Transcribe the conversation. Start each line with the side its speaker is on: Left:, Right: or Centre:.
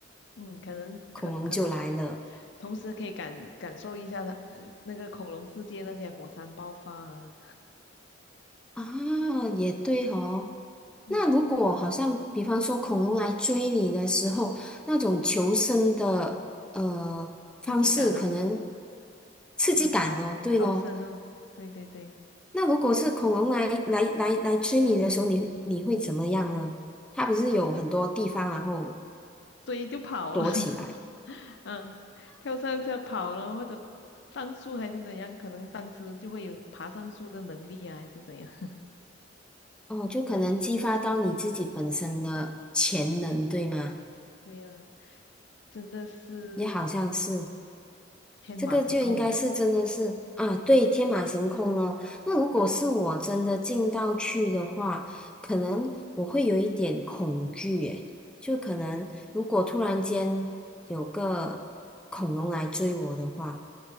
Left: 嗯，可能可可能，
Centre: 恐龙就来了。
Left: 同时可以感感受一下它呃那个恐龙世界那些火山爆发啊，
Centre: 啊，也对哦。
Left: 嗯，
Centre: 那如果好像，比方说恐龙来追你的时候，那种求生的呃方式，
Left: 自己赶啊
Centre: 可能刺激感哦，
Left: 啊逃逃生啊，
Centre: 对咯。
Left: 对对对，
Centre: 那如果是恐龙来来来来追你的时候，你你会怎么样呢？它不是有很多地方然后
Left: 所以就跑了，
Centre: 躲起来
Left: <laughs> 嗯，跳上车跑了或者上树还是怎样，可能当时就会有爬上树的能力啊，还是怎样，<laughs>
Centre: 哦，就可能激发到你自己本身的潜能，
Left: 嗯，
Centre: 对吗？
Left: 对呀、真的是
Centre: 也好像是。
Left: 天马行空。
Centre: 这个就应该是真的是啊，对，天马行空哦，那如果是我真的进到去的话，可能我会有一点恐惧，诶，就可能如果突然间有个恐龙来追我的话，